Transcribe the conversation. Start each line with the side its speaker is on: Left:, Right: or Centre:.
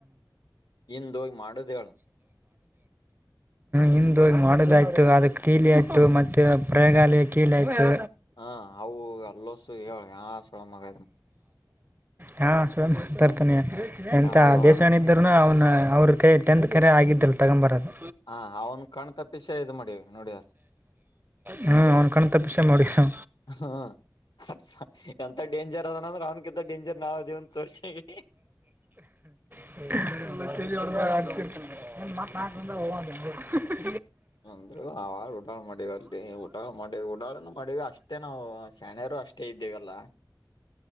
Left: ಇಂದುಯ್ ಮಾಡುದಳ್
Right: ಹಿಂದೋಗಿ ಮಾಡೋದಾಯ್ತು ಅದ ಕೀಲಿ ಆಯ್ತು ಮತ್ತೆ ಪ್ರಯೋಗಾಲಯ ಕೀಲಿ ಆಯ್ತು
Left: ಹಾ ಅವು ಅಲ್ಲಸು ಹೇಳ ಯ ಸಳ ಮಗ
Right: ಹಾ ಸತರ್ತಾನೆ ಎಂತ
Left: ಯಾರತ್
Right: ದೇಶವನ ಇದಿದ್ದ್ನು ಅವನ ಅವ್ರ ಕೈ ಟೆಂತ್ ಕರೆ ಆಗಿದ್ದಲ್ಲ ತಗೊಂಬರದು
Left: ಹಾ ಅವನ್ ಕಾಣ್ತಾ ಪಿಸೆ ಇ ಮಾಡಿವ ನೋಡಿದಾರ
Right: ಹ್ಞೂ ಅವ್ನು ಕಣ್ ತಪ್ಪಿಸೇ ಮಾಡಿ ಹ್ಞೂ
Left: ಹ್ಮ <unintelligible> ಎಂತ <unintelligible> ಡೇಂಜರ್ ಅದನಂದ್ರ ಅವ್ನ್ಕಿಂತ ಡೇಂಜರ್ ನಾವ್ ಇದೇವಂತ ತೋರ್ಸೆವೀ
Right: <unintelligible>
Left: <unintelligible> ಅಂದರು ಅ ಊಡಾಳ್ ಮಾಡಿದಾರ ಲೇ ಊಡಾಳ್ ಮಾಡ ಊಡಾಳ ಮಾಡಿರ ಅಷ್ಟೇನ ನಾವ ಸಣ್ಯರು ಅಷ್ಟ <unintelligible> ಇದ್ದೇವೆಲ್ಲ